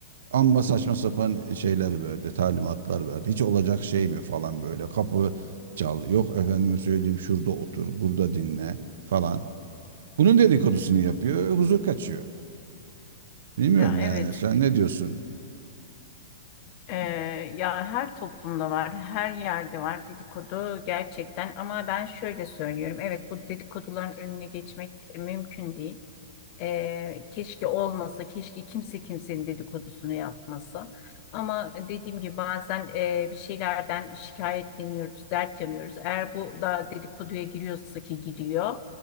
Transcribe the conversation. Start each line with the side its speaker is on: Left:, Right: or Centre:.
Right: amma saçma sapan e, şeyler verdi talimatlar verdi hiç olacak şey mi falan böyle kapı çal yok efendime söyleyeyim şurada otur burada dinle falan bunun dedikodusunu yapıyor huzur kaçıyor. Bilmiyorum
Left: Ya
Right: yani.
Left: evet,
Right: Sen ne diyorsun?
Left: Ee, ya her toplumda var, her yerde var dedikodu gerçekten ama ben şöyle söylüyorum. Evet bu dedikoduların önüne geçmek mümkün değil. Ee, keşke olmasa, keşke kimse kimsenin dedikodusunu yapmasa. Ama dediğim gibi bazen e, bir şeylerden şikayetleniyoruz, dert yanıyoruz. Eğer bu da dedikoduya giriyorsa ki giriyor.